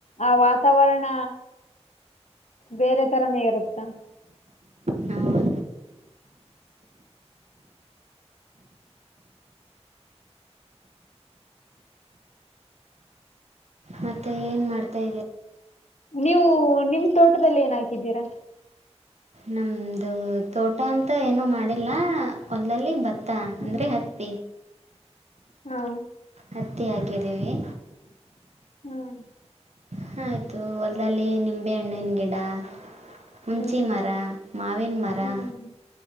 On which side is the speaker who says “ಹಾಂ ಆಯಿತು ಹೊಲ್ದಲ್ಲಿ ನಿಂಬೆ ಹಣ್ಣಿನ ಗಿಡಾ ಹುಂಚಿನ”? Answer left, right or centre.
Right